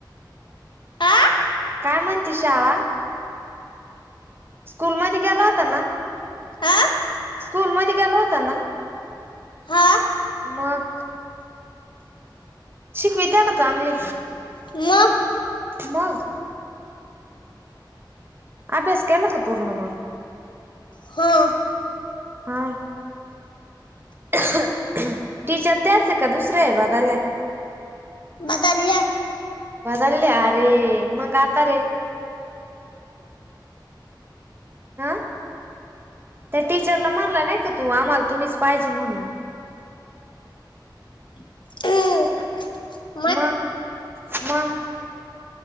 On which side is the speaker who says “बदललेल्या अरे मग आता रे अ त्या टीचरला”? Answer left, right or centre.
Right